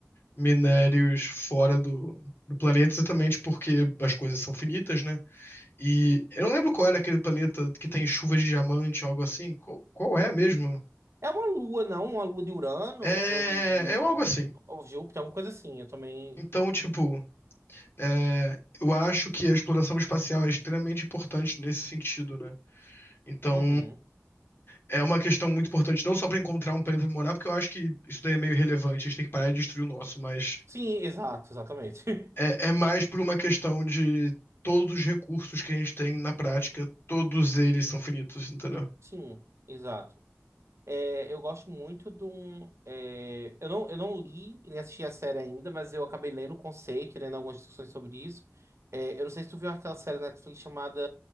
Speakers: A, on the left; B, on the right.
A: minérios fora do, do planeta, exatamente porque as coisas são finitas, né? E eu não lembro qual era aquele planeta que tem chuva de diamante, algo assim. Qual, qual é mesmo?
B: É uma lua, não? Uma lua de Uranus
A: É,
B: ou de
A: é algo assim.
B: ou Júpiter, alguma coisa assim. Eu também.
A: Então, tipo, é, eu acho que a exploração espacial é extremamente importante nesse sentido, né? Então,
B: Uhum.
A: é uma questão muito importante, não só para encontrar um planeta pra morar, porque eu acho que isso daí é meio relevante, a gente tem que parar de destruir o nosso, mas
B: Sim, exato, exatamente. <laughs>
A: é, é mais por uma questão de todos os recursos que a gente tem na prática, todos eles são finitos, entendeu? Eu
B: Sim, exato. É, eu gosto muito de um. é, eu não, eu não li e nem assisti a série ainda, mas eu acabei lendo o conceito, lendo algumas discussões sobre isso. É, eu não sei se tu viu aquela série na Netflix chamada